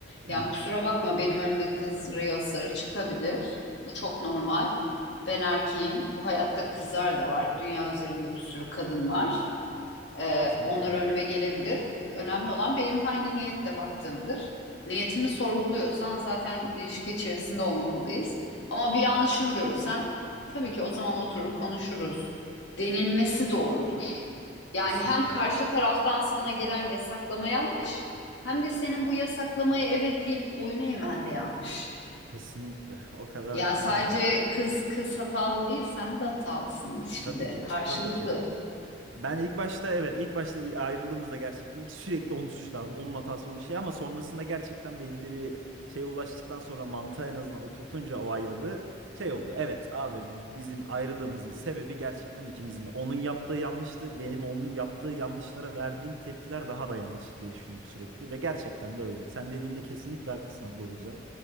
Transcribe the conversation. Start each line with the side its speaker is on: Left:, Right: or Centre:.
Right: Hı
Left: Yani
Right: hı.
Left: kusura bakma benim önüme kız rüyaları çıkabilir. Bu çok normal. Ben erkeğim. Bu hayatta kızlar da var. Dünya üzerinde bir sürü kadın var. Ee,
Right: Kesinlikle.
Left: onlar önüme gelebilir. Önemli olan benim hangi niyetle baktığımdır. Niyetimi sorguluyorsan zaten ilişki içerisinde olmamalıyız. Ama bir yanlışımı görsen tabii ki o zaman oturur konuşuruz. Denilmesi doğrudur. Yani
Right: Kesinlikle.
Left: hem karşı taraftan sana gelen yasaklama yanlış, hem de senin bu yasaklamaya evet deyip boyun eğmen de yanlış.
Right: Kesinlikle. O kadar
Left: Yani
Right: haklısın
Left: sadece
Right: ki.
Left: kız kız hatalı değil, sen de hatalısın ilişkide.
Right: Tabii ki.
Left: Karşılıklı.
Right: Tabii ki. Ben ilk başta evet ilk başta ayrıldığımızda gerçekten ilk sürekli onu suçladım. Onun hatası onun şey ama sonrasında gerçekten belirli bir şeye ulaştıktan sonra mantığa en azından oturtunca o ayrılığı şey oldu. Evet abi bizim ayrılığımızın sebebi gerçekten ikimizin de. Onun yaptığı yanlıştı. Benim onun yaptığı yanlışlara verdiğim tepkiler daha da yanlış diye düşündüm sürekli ve gerçekten de öyle. Sen dediğinde kesinlikle haklısın abla o yüzden.